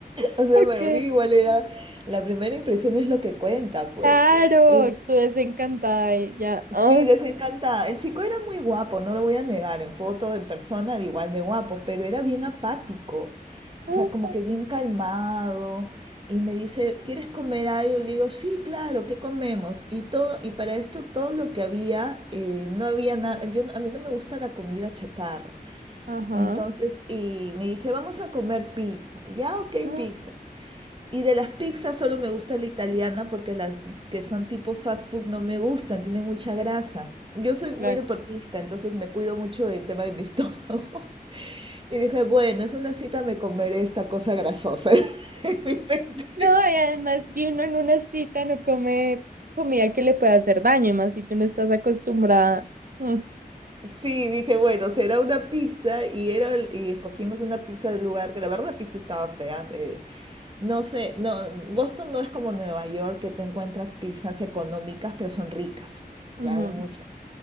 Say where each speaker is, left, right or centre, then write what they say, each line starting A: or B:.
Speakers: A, on the right; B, on the right.
A: O sea,
B: Ok,
A: para mí igual era, la primera impresión es lo que cuenta, pues.
B: claro,
A: Eh,
B: tú desencantada y ya.
A: sí,
B: ah,
A: desencantada. El chico era muy guapo, no lo voy a negar, en foto, en persona, era igual de guapo, pero era bien apático,
B: ah,
A: o sea, como que bien calmado. Y me dice, ¿quieres comer algo? Y le digo, sí, claro, ¿qué comemos? Y todo, y para esto todo lo que había, eh, no había nada, yo, a mí no me gusta la comida chatarra.
B: ajá,
A: Entonces, y me dice, vamos a comer pizza. Ya, ok,
B: ah,
A: pizza. Y de las pizzas solo me gusta la italiana porque las que son tipo fast food no me gustan, tienen mucha grasa. Yo soy
B: sí,
A: muy
B: claro.
A: deportista, entonces me cuido mucho del tema de mi estómago. <laughs> Y dije, bueno, es una cita, me comeré esta cosa grasosa. <laughs> en mi mente.
B: No, y además que uno en una cita no come comida que le pueda hacer daño, y más si tú no estás acostumbrada. Mm,
A: Sí, dije, bueno, será una pizza y, era, el- y escogimos una pizza del lugar, que la verdad la pizza estaba fea. eh, no sé, no, Boston no es como Nueva York, que tú encuentras pizzas económicas, pero son ricas. Ya
B: ujú.
A: hay muchas.